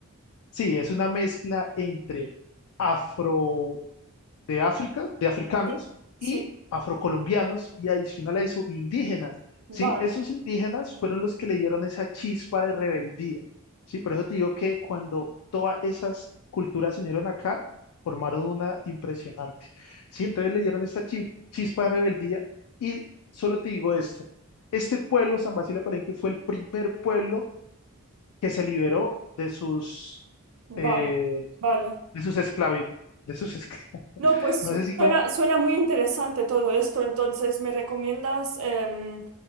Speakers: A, on the left; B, on the right.
A: sí, es una mezcla entre afro de África, de africanos
B: Sí. Sí,
A: y afrocolombianos y adicional a eso, indígenas,
B: vale.
A: ¿sí? Esos indígenas fueron los que le dieron esa chispa de rebeldía, ¿sí? Por eso te digo que cuando todas esas culturas se unieron acá, formaron una impresionante, ¿sí? Entonces le dieron esta chi- chispa de rebeldía y solo te digo esto, este pueblo, San Basilio de Palenque, fue el primer pueblo que se liberó de sus, eh,
B: Vale, vale.
A: de sus esclavi- de sus esclavos,
B: No,
A: <laughs>
B: pues
A: no
B: su-
A: sé si como
B: suena, suena muy interesante todo esto, entonces me recomiendas em,